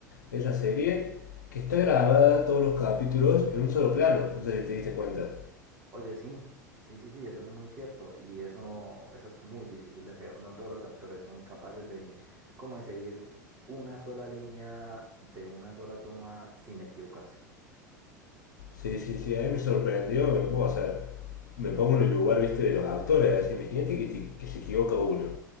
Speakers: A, on the left; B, on the right.
A: de esa serie? Que está grabada todos los capítulos en un solo plano. No sé si te diste cuenta.
B: Oye, sí, sí, sí, sí, eso es muy cierto y eso, eso es muy difícil de hacer. No todos los actores son capaces de, como de seguir una sola línea de una sola toma sin equivocarse.
A: Sí, sí,
B: Ah,
A: sí, a mí me sorprendió, me- bueno, o sea, me pongo en el lugar, viste, de los actores, así, imagínate que, te- que se equivoca uno.